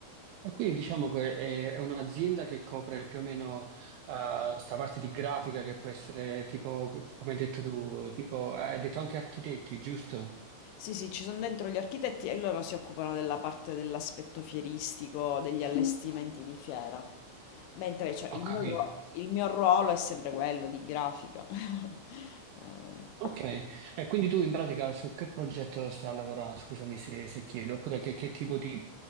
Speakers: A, on the right; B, on the left.
A: E quindi diciamo che è, è un'azienda che copre più o meno questa sta parte di grafica che può essere tipo, come hai detto tu, tipo, hai detto anche architetti, giusto?
B: Sì, sì, ci sono dentro gli architetti e loro si occupano della parte dell'aspetto fieristico, degli allestimenti di fiera. Mentre cioè,
A: Ho
B: il
A: capito.
B: mio, ruo- il mio ruolo è sempre quello di grafica. <laughs> Eh,
A: Ok, e quindi tu in pratica su che progetto stai a lavorare? Scusami se, se chiedo, oppure che, che tipo di...